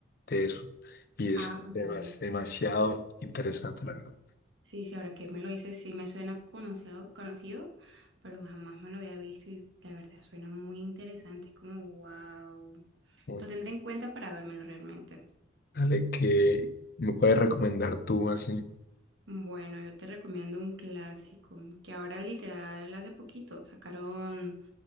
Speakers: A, on the left; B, on the right.
A: de eso. Y es
B: Ah, mm,
A: demas- demasiado interesante, la verdad.
B: sí, sí, ahora que me lo dices, sí me suena conocido, conocido, pero jamás me lo había visto y la verdad suena muy interesante. Es como, wow.
A: Oh,
B: Lo tendré en cuenta para vérmelo realmente.
A: Dale, que me puedes recomendar tú así.
B: Bueno, yo te recomiendo un clásico que ahora literal hace poquito sacaron,